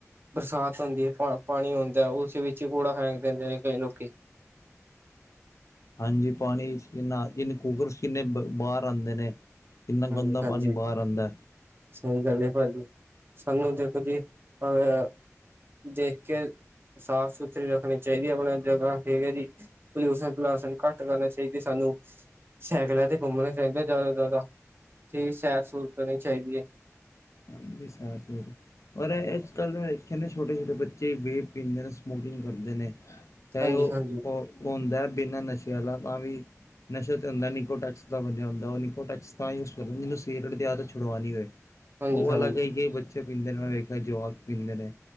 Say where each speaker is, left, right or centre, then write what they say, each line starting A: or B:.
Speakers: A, on the right (about 45°); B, on the left (about 70°).
A: ਬਰਸਾਤ ਹੁੰਦੀ ਹੈ ਪਾ ਪਾਣੀ ਹੁੰਦਾ ਉਸ ਵਿੱਚ ਹੀ ਕੂੜਾ ਫੈਂਕ ਦਿੰਦੇ ਨੇ ਕਈ ਲੋਕੀ।
B: ਹਾਂਜੀ ਪਾਣੀ ਚ ਕਿੰਨਾ ਕੂਗਰ ਚ ਕਿੰਨੇ ਬਾਹਰ ਆਉਂਦੇ ਨੇ। ਕਿੰਨਾ
A: ਹਾਂਜੀ,
B: ਗੰਦਾ
A: ਹਾਂਜੀ।
B: ਪਾਣੀ ਬਾਹਰ ਆਉਂਦਾ
A: ਸਹੀ ਗੱਲ ਏ ਭਾਜੀ, ਸਾਨੂੰ ਦੇਖੋ ਜੀ ਅ ਦੇਖ ਕੇ ਸਾਫ਼ ਸੁਥਰੀ ਰੱਖਣੀ ਚਾਹੀਦੀ ਐ ਆਪਣੇ ਜਗ੍ਹਾ, ਠੀਕ ਐ ਜੀ। ਪੋਲਿਊਸ਼ਨ ਪਲੂਸ਼ਨ ਘੱਟ ਕਰਨਾ ਚਾਹੀਦੇ ਸਾਨੂੰ, ਸਾਈਕਲਾਂ ਤੇ ਘੁੰਮਣਾ ਚਾਹੀਦਾ ਜ਼ਿਆਦਾ ਤੋਂ ਜ਼ਿਆਦਾ। ਠੀਕ ਸੈਰ ਸੂਰ ਕਰਨੀ ਚਾਹੀਦੀ ਐ।
B: ਹਾਂਜੀ ਸੈਰ ਸੁਰ ਪਰ ਅੱਜ-ਕੱਲ੍ਹ ਮੈਂ ਦੇਖਿਆ ਛੋਟੇ-ਛੋਟੇ ਬੱਚੇ ਵੇਬ ਪੀਂਦੇ ਨੇ, ਸਮੋਕਿੰਗ ਕਰਦੇ ਨੇ। ਚਾਹੇ
A: ਹਾਂਜੀ
B: ਉਹ
A: ਹਾਂਜੀ
B: ਹੁੰਦਾ ਬਿਨਾਂ ਨਸ਼ੇ ਆਲਾ, ਤਾਂ ਵੀ ਨਸ਼ਾ ਤੇ ਹੁੰਦਾ ਨਿਕੋ ਟੈਕਸ ਦਾ ਬਣਿਆ ਹੁੰਦਾ, ਉਹ ਨਿਕੋ ਟੈਕਸ ਤਾਂ ਯੂਜ਼ ਕਰਦਾ, ਜਿਹਨੂੰ ਸਿਗਰਟ ਦੇ ਆਦਤ ਛੁਡਵਾ ਨਹੀਂ ਹੋਵੇ।
A: ਹਾਂਜੀ
B: ਉਹ
A: ਹਾਂਜੀ
B: ਅਲੱਗ ਹੀ ਕਈ ਬੱਚੇ ਪੀਂਦੇ ਨੇ, ਮੈਂ ਵੇਖਿਆ ਜਵਾਕ ਪੀਂਦੇ ਨੇ।